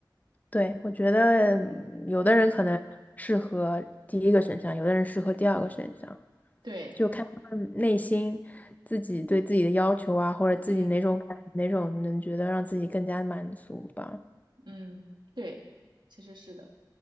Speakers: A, on the left (about 20°); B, on the right (about 75°).
A: 对，我觉得嗯有的人可能适合第一个选项，
B: 嗯，
A: 有的人适合第二个选项。
B: 对，
A: 就看他们内心自己对自己的要求啊，或者自己哪种感哪种能觉得让自己更加满足吧。
B: 嗯嗯，对，其实是的，